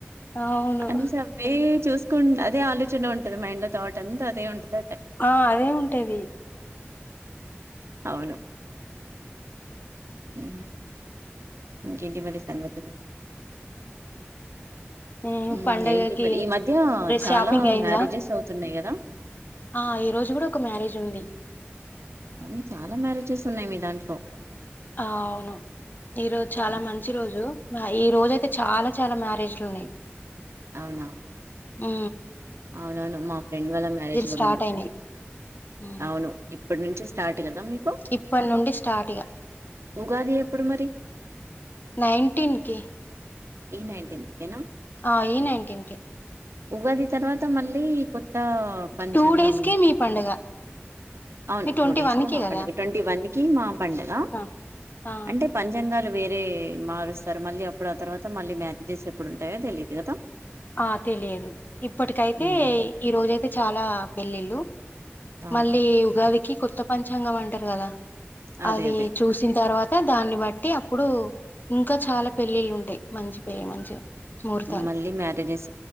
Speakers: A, on the left; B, on the right.
A: అవును
B: అనేసి అవే చూస్ ట్ అదే ఆలోచన ఉంటది మైండ్ లో థాట్ అంత అదే ఉంటద
A: ఆ అదే ఉంటది
B: అవును ఉ ఇంకేంటి మరి సంగతులు
A: ఉ
B: హ్మ్
A: పండగకి
B: ఏంటి మరి ఈ మధ్య
A: మీ
B: చాలా
A: షాపింగ్ అయిందా
B: మ్యారేజెస్ అవుతున్నాయి కదా
A: ఆ ఈ రోజు కూడా ఒక మ్యారేజ్ ఉంది
B: ఉ చాలా మ్యారేజెస్ ఉన్నాయి మీ దాంట్లో
A: ఆ అవును ఈరోజు చాలా
B: హ్మ్.
A: మంచి రోజు ఆ ఈ రోజు అయితే చాలా చాలా మ్యారేజ్ లు ఉన్నాయ్
B: అవునా
A: ఆ
B: అవునవును మా ఫ్రెండ్ వాళ్ళ మ్యారేజ్ కూడా
A: స్టార్టయినాయి.
B: ఉంది
A: హ్మ్.
B: అవును ఇప్పటి నుంచి స్టార్ట్ కదా మీకు
A: ఇప్పటి నుండి స్టార్ట్ ఇగా
B: ఉగాది ఎప్పుడు మరి
A: నైన్టీన్ కి
B: ఈ నైన్టీన్త్ కెనా
A: ఆ ఈ నైన్టీన్ కే
B: ఉగాది తర్వాత మళ్ళీ కొత్త పంచాంగం
A: టూ డేస్ కే మీ పండగ
B: అవును
A: మీ
B: టూ డేస్ కే మా
A: గదా!
B: పండుగ ట్వంటీ వన్ కి మా పండగ
A: ఆ! ఆ!
B: అంటే పంచంగాలు వేర్ రే మారుస్తారు మళ్ళీ అప్పుడు ఆ తర్వాత మళ్ళీ మ్యారేజెస్ ఎప్పుడుంటాయో తెలియదు కదా
A: ఆ తెలియదు ఇప్పటికైతే
B: ఉమ్
A: ఈ రోజయితే చాలా పెళ్లిళ్ళు
B: అవునా
A: మళ్ళీ ఉగా దికి కొత్త పంచాంగం అంటారు కదా
B: అదే
A: అది
B: అదే
A: చూసిన తర్వా దాన్ని బట్టి అప్పుడు ఇంకా చాలా పెళ్ళిళ్ళు ఉంటాయి మంచి పెళ్ మంచిగ ముహూర్తాలు
B: మళ్ళీ మ్యారేజెస్